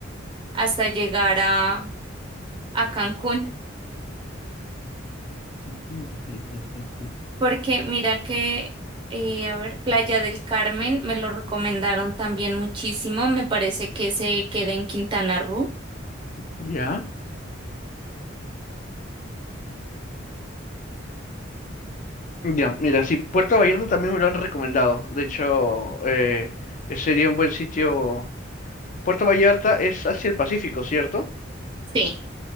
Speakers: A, on the right; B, on the left.
A: hasta llegar a, a Cancún,
B: <laughs>
A: porque mira que, eh, a ver, Playa del Carmen me lo recomendaron también muchísimo, me parece que se queda en Quintana Roo.
B: Ya. Ya, mira, sí, Puerto Vallarta también me lo han recomendado. De hecho, eh, sería un buen sitio. Puerto Vallarta es hacia el Pacífico, ¿cierto?
A: Sí,